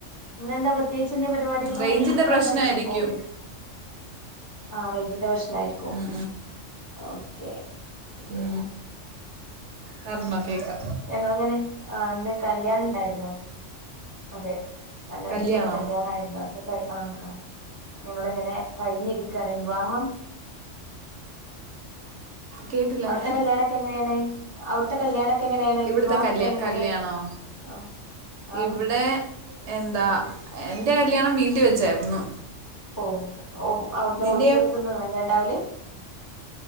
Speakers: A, on the left (about 15°); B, on the right (about 70°).
A: ഇന്നെന്താ പ്രത്യേകിച്ച് എന്തെ പരിപാടികളോ
B: റേഞ്ചിൻ്റെ
A: വ ന്താണ്ടായിരുന്നോ
B: പ്രശ്നമായിരിക്കും
A: ഓ ആ റേ ഞ്ചിന്റെ പ്രശ് ഫ്ലൈറ്റ് ഗോ
B: ഉം,
A: ഓക്കെ
B: ഊ പറഞ്ഞോ കേക്കാ
A: ഞങ്ങള്ങ്ങനെ ആ ന്ന് കല്യാണണ്ടാരുന്നു അതെ നല്ല അടിപൊളി
B: കല്യാണോ
A: കല്യാണാരുന്നു അതൊക്കെ കയ് ആ ക്ക ഞങ്ങളിങ്ങനെ കയിഞ്ഞിരിക്കയാണെ വാം
B: കേട്ടില്ല
A: അവിടുത്തെ
B: ഞാൻ
A: കല്യാണെക്കെ എങ്ങനേണ് അവിടുത്തെ കല്യാണ ത്തെങ്ങനെയാണ്
B: ഇവിടുത്തെ
A: വിവാഹൊക്കെ
B: കല്യാ
A: എങ്ങനെയാണ്
B: കല്യാണോ
A: ആ ആ
B: ഇവിടെ എന്താ എന്റെ കല്യാണം വീട്ടി വെച്ചായിരുന്നു
A: ഓ ഓ അവിടുന്ന്
B: നിൻ്റെയോ
A: ഓടിറ്റോറിയത്തിന്ന് വരലെണ്ടാവില്